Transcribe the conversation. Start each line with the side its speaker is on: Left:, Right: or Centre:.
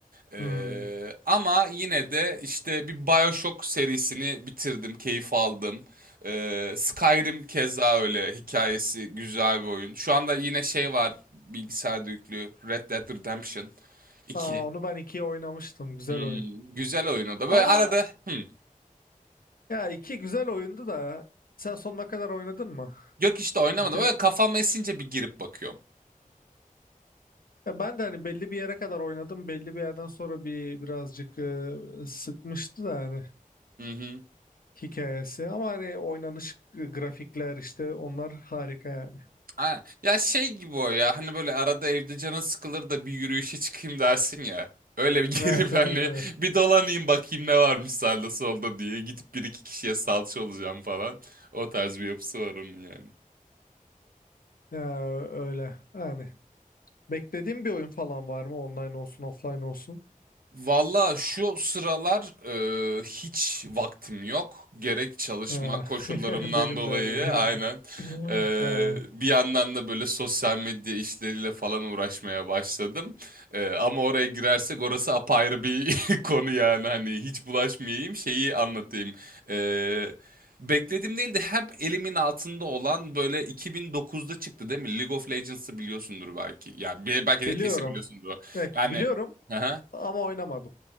Right: Ee,
Left: Hmm.
Right: ama yine de işte bir BioShock serisini bitirdim, keyif aldım. Ee, Skyrim keza öyle hikayesi güzel bir oyun. Şu anda yine şey var bilgisayarda yüklü Red Dead Redemption 2.
Left: Aa, onu ben ikiye oynamıştım. Güzel
Right: Hmm,
Left: oyun.
Right: güzel oyun o da. Böyle
Left: Ama
Right: arada hmm,
Left: ya iki güzel oyundu da sen sonuna kadar oynadın mı?
Right: yok işte oynamadım.
Left: Bitir.
Right: Böyle kafam esince bir girip bakıyorum.
Left: Ya ben de hani belli bir yere kadar oynadım. Belli bir yerden sonra bir birazcık e, sıkmıştı da hani
Right: Hı hı.
Left: hikayesi. Ama hani oynanış e, grafikler işte onlar harika yani.
Right: Ha, ya şey gibi o ya hani böyle arada evde canın sıkılır da bir yürüyüşe çıkayım dersin ya. Öyle bir <laughs>
Left: Evet
Right: girip
Left: evet
Right: hani
Left: evet.
Right: bir dolanayım bakayım ne varmış sağda solda diye. Gidip bir iki kişiye salça olacağım falan. O tarz bir yapısı var onun yani.
Left: Ya öyle. Yani beklediğim bir oyun falan var mı? Online olsun, offline olsun.
Right: Valla şu sıralar e, hiç vaktim yok. Gerek çalışma
Left: Ha,
Right: koşullarımdan
Left: <laughs> Benim
Right: dolayı
Left: de öyle, benim
Right: aynen.
Left: de. <laughs>
Right: E,
Left: Ha,
Right: bir yandan da böyle sosyal medya işleriyle falan uğraşmaya başladım. E, ama oraya girersek orası apayrı bir <laughs> konu yani. Hani hiç bulaşmayayım şeyi anlatayım. E, beklediğim değil de hep elimin altında olan böyle 2009'da çıktı değil mi? League of Legends'ı biliyorsundur belki. Yani belki de
Left: Biliyorum.
Right: kesin biliyorsundur.
Left: Evet,
Right: Yani...
Left: biliyorum
Right: <laughs>
Left: ama oynamadım.